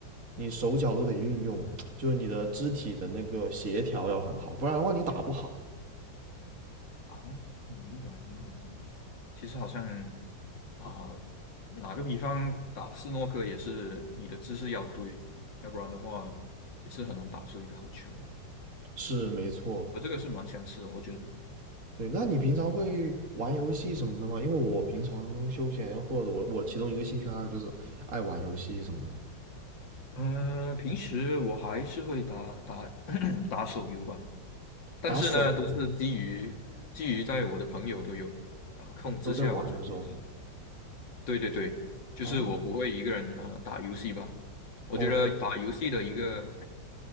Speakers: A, on the right (about 45°); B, on the left (about 75°).
A: 你手脚都得运用，就是你的肢体的那个协调要很好，不然的话你打不好。
B: 啊。明白，明白，明白。其实好像啊，打个比方，打斯诺克也是你的姿势要对，要不然的话也是很难打出一个好球。
A: 是没错，
B: 我这个是蛮相似的，我觉得。
A: 对。那你平常会玩游戏什么的吗？因为我平常休闲或者我我其中一个兴趣爱好就是爱玩游戏什么的，
B: 嗯、平时我还是会打打 <coughs> <clears throat> 打手游吧。但是呢，
A: 打手游
B: 都是基于基于在我的朋友都有啊控制下，
A: 都在玩的时候
B: 我才会打。对对对，就是我不会一个人啊打游戏吧。
A: 啊。
B: 我觉得打游戏的一个
A: 哦，你